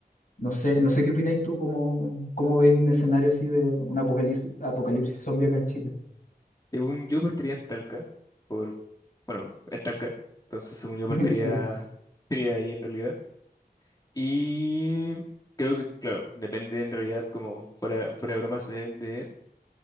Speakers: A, on the left; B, on the left.
A: No sé, no sé qué opináis tú, cómo, cómo veis un escenario así de un apocalipsis, apocalipsis zombie acá en Chile.
B: Según yo partiría en Talca, por, bueno, es Talca, entonces según yo partiría,
A: <laughs> Sí,
B: partiría ahí en realidad. Y creo que, claro, depende en realidad, como fuera, fuera de bromas, de, de,